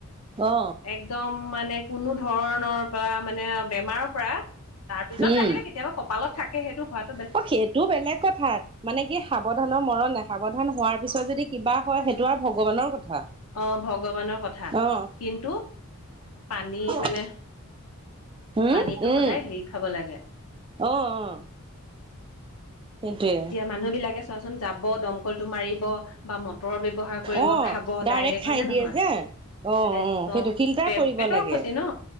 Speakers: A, on the right; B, on the left.
A: অ
B: একদম মানে কোনো ধৰণৰ পৰা মানে বেমাৰৰ পৰা তাৰ পিছত
A: উম
B: লাগিলে কেতিয়াবা কপালত থাকে সেইটো হোৱাত
A: অ সেইটো বেলেগ কথা মানে কি সাৱধানৰ মৰণ নাই সাৱধান হোৱাৰ পিছত যদি কিবা হয় সেইটো আৰু ভগৱানৰ কথা
B: অ ভগৱানৰ কথা
A: অহ।
B: কিন্তু পানী মানে
A: <unintelligible> উম
B: পানীটো
A: উম
B: সদায় হেৰি খাব লাগে
A: অ অ সেইটোৱে
B: এতিয়া মানুহ বিলাকে চোৱাচোন যাব দমকলটো মাৰিব বা মটৰৰ ব্যৱহাৰ কৰিব
A: অ
B: খাব ডাইৰেক্ট
A: খাই
B: হয় নে
A: দিয়ে
B: নহয়
A: যে অ
B: এ একদম
A: অ সেইটো
B: <unintelligible>
A: ফিল্টাৰ কৰিব
B: সিতৰো
A: লাগে
B: ক্ষতি ন